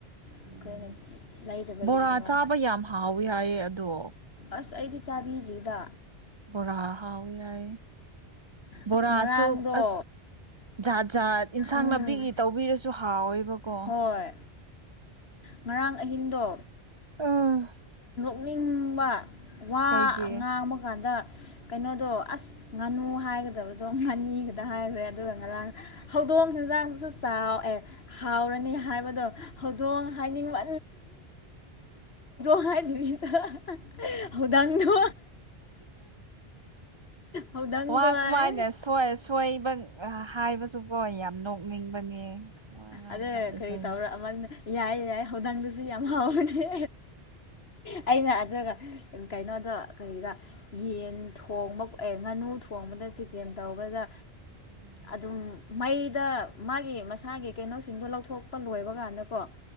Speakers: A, on the left; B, on the right.
A: ꯑꯩꯈꯣꯏꯅ
B: ꯎꯝ
A: ꯂꯩꯗꯕꯒꯤꯅꯦꯕ
B: ꯕꯣꯔꯥ ꯆꯥꯕ ꯌꯥꯝ ꯍꯥꯎꯋꯤ ꯍꯥꯏꯌꯦ ꯑꯗꯣ
A: ꯑꯁ ꯑꯩꯗꯤ ꯆꯥꯕꯤꯗ꯭ꯔꯤꯗ
B: ꯕꯣꯔ ꯍꯥꯥꯎꯥꯎ ꯌꯥꯏ ꯕꯣꯔꯥ
A: ꯑꯁ ꯉꯔꯥꯡꯗꯣ
B: ꯑꯁꯨꯣ ꯑꯁꯗ ꯏꯟꯁꯥꯡ
A: ꯎꯝ
B: ꯅꯥꯄꯤꯒꯤ ꯇꯧꯕꯤꯔꯁꯨ ꯍꯥꯎꯋꯦꯕꯀꯣ
A: ꯍꯣꯏ ꯉꯔꯥꯡ ꯑꯍꯤꯡꯗꯣ
B: ꯎꯝ
A: ꯄꯨꯛꯅꯤꯡꯕ ꯋꯥ
B: ꯀꯩꯒꯤ
A: ꯉꯥꯡꯕ ꯀꯥꯟꯗ ꯀꯩꯅꯣꯗꯣ ꯑꯁ ꯉꯥꯅꯨ ꯍꯥꯏꯒꯗꯕꯗꯣ ꯉꯥꯅꯤꯒ ꯍꯥꯏꯈ꯭ꯔꯦ ꯑꯗꯨꯒ ꯉꯔꯥꯡ ꯍꯧꯗꯣꯡ ꯆꯤꯟꯖꯥꯡ ꯆꯥꯎꯑꯦ ꯍꯥꯎꯔꯅꯤ ꯍꯥꯏꯕꯗꯣ ꯍꯧꯗꯣꯡ ꯍꯥꯏꯅꯤꯡꯕ ꯍꯥꯏꯔꯤꯕꯗ ꯍꯧꯧꯗꯥꯡꯗꯣ ꯍꯧꯗꯪꯗꯣ
B: ꯋꯥ ꯁꯨꯃꯥꯏꯅꯣꯏ
A: ꯍꯥꯏ
B: ꯁꯣꯏꯕ ꯍꯥꯏꯕꯁꯨꯀꯣ ꯌꯥꯝ ꯅꯣꯛꯅꯤꯡꯕꯅꯦ ꯋꯥ ꯉ
A: ꯑꯗ
B: ꯉꯥꯡꯕ ꯀꯥꯟꯗꯁꯨ
A: ꯀꯔꯤ
B: ꯍꯩꯕꯁꯦ
A: ꯇꯧꯔ ꯑꯃꯅ ꯌꯥꯏ ꯌꯥꯏ ꯍꯧꯗꯥꯡꯗꯁꯨ ꯌꯥꯝ ꯍꯥꯎꯕꯅꯤ ꯑꯩꯅ ꯑꯗꯨꯒ ꯀꯩꯅꯣꯗ ꯀꯔꯤꯗ ꯌꯦꯟ ꯊꯣꯡꯕ ꯉꯥꯅꯨ ꯊꯣꯡꯕꯗ ꯆꯤꯀꯦꯟ ꯇꯧꯕꯗ
B: ꯎꯝ
A: ꯑꯗꯨꯝ ꯃꯩ ꯁꯤꯗ ꯃꯥꯒꯤ ꯃꯁꯥꯒꯤ ꯀꯩꯅꯣꯁꯤꯡꯗꯣ ꯂꯧꯊꯣꯛꯄ ꯂꯣꯏꯕ ꯀꯥꯟꯗꯀꯣ